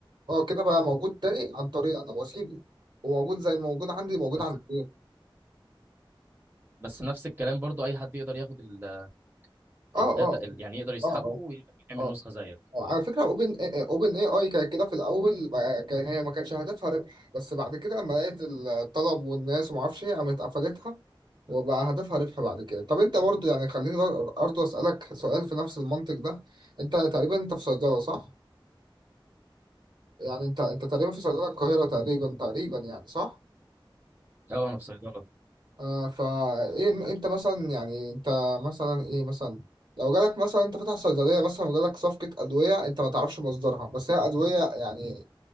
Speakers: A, on the right; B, on the right.
A: اه كده بقى موجود تاني عن طريق انا واسيبه وموجود زي ما موجود عندي موجود
B: بس
A: عند غيري
B: بس نفس الكلام برضو اي حد يقدر ياخد ال-
A: اه
B: الداتا
A: اه
B: ال- يعني يقدر يسحبه
A: اه اه
B: ويعمل
A: اه
B: نسخه زيك
A: آه، على فكرة اوبن اوبن اي اي كانت كده في الاول ما- كان هي ما كانش هدفها ربح بس بعد كده لما لقيت الطلب والناس وما اعرفش ايه قامت قفلتها وبقى هدفها ربح بعد كده طب انت برضو يعني خليني برضو اسالك سؤال في نفس المنطق ده انت تقريبا انت في صيدلة صح يعني انت انت تقريبا في صيدلة القاهرة تقريبا تقريبا يعني صح
B: اه انا في صيدله
A: آه فايه انت مثلا يعني انت مثلا ايه مثلا لو جالك مثلا انت فاتح صيدليه مثلا وجالك صفقه ادويه انت ما تعرفش مصدرها بس هي ادويه يعني